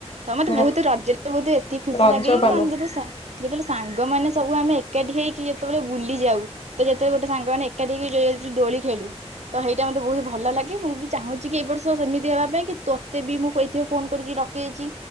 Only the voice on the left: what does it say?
ହଁ
ରଜ
ପାନ